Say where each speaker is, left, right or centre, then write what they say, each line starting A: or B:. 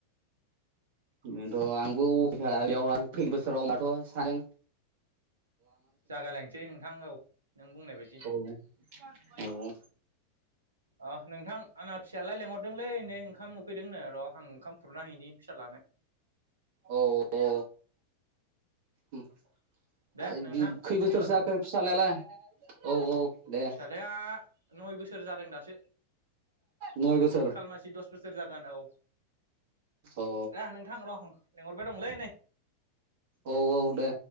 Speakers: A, on the right; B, on the right.
A: बेनोथ' आंबो अके खा बेयाव आं फैनो। सोरांबाथ' सानैजों।
B: जागाय लायनोसै नोंथां औ नों बुंनाय बायदि औ।
A: औ औ
B: अह नोंथां आंना फिसालाया लेंहरदोंलै नै ओंखाम फैदोंनो र आं ओंखाम खुरना हैनि फिसालानो।
A: औ औ उम।
B: दे
A: आरो
B: नोंथां
A: बै खै बोसोरसो
B: अब्लालाय
A: जाखो फिसाजलायालाय औ औ दे।
B: फिसालाया नय बोसोर जादों दासो,
A: नय बोसोर
B: खालमासि दस बोसोर जागोन। औ
A: औ
B: ना नोंथां र लेंहर बाय दंलै नै।
A: औ औ दे।